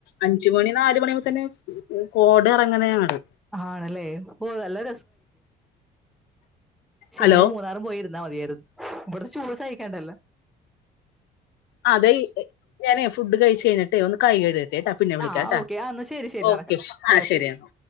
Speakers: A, on the left; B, in the centre.
A: അഞ്ചുമണി നാല മണിമുതലേ കോടെ ഇറങ്ങനയാണ്
B: ആണല്ലേ ഓ നല്ല ശിവല്
A: ഹലോ
B: മൂന്നാറും പോയിരുന്നാ മതിയായിരുന്നു ഇവിടുത്തെ ചൂട് സഹിക്കാണ്ടല്ലോ
A: അതെ ഞാനേ ഫുഡ് കഴിച്ച കഴിഞേ ഒന്ന് കായികായിക്ക് ട്ടാ പിന്നെ വിളിക്കാ
B: ആ
A: ട്ടോ
B: ഓക്കെ ആ എന്നാ ശരി ശരി
A: ഓക്കെ
B: നടക്കട്ടെ
A: ആ
B: ഓക്കെ
A: ശരിയെന്നോ